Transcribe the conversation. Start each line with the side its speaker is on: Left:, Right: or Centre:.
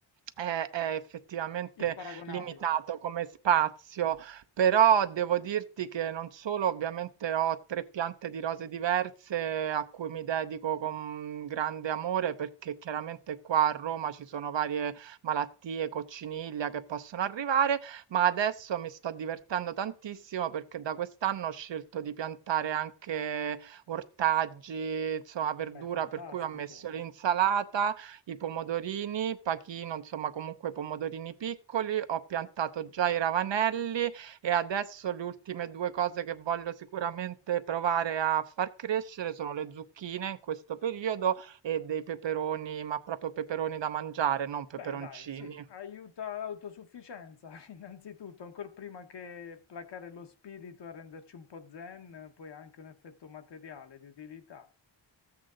Right: è è effettivamente
Left: Imparagonabile.
Right: limitato come spazio, però devo dirti che non solo ovviamente ho 3 piante di rose diverse a cui mi dedico con grande amore, perché chiaramente qua a Roma ci sono varie malattie, cocciniglia che possono arrivare, ma adesso mi sto divertendo tantissimo perché da quest'anno ho scelto di piantare anche ortaggi, insomma verdura,
Left: Beh, fantastico.
Right: per cui ho messo l'insalata i pomodorini, pachino, insomma comunque pomodorini piccoli, ho piantato già i ravanelli e adesso le ultime due cose che voglio sicuramente provare a far crescere sono le zucchine in questo periodo e dei peperoni, ma proprio peperoni da mangiare, non peperoncini.
Left: Beh, dai, sì, aiuta l'autosufficienza, <laughs> innanzitutto, ancora prima che placare lo spirito e renderci un po' zen, poi ha anche un effetto materiale di utilità,